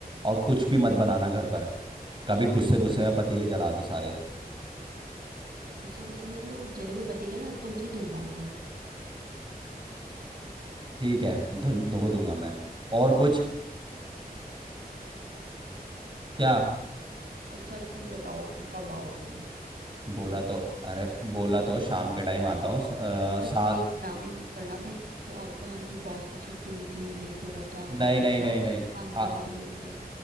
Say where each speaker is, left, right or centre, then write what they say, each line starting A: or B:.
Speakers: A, on the right (about 30°); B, on the right (about 70°).
A: और कुछ भी मत बनाना घर पर कभी गुस्से गुस्से में पतीले जला दो सारे
B: गुस्से गुस्से में तो वो जले हुए पतीले ना तुमसे ही धुलवाऊंगी
A: ठीक है धो धो दूंगा मैं और कुछ क्या
B: अब सच सच बताओ कि कब आओगे
A: बोला
B: मैं
A: तो अरे बोला तो शाम के टाइम आता हूँ स- अ,
B: बस
A: सा
B: ये ड्रामे मत करना फिर कि अब अ, जी बॉस ने छुट्टी नहीं दी लेट हो रहा था क्या
A: नहीं
B: करता
A: नहीं नहीं नहीं
B: काम
A: आ,
B: था तो जरूर किया है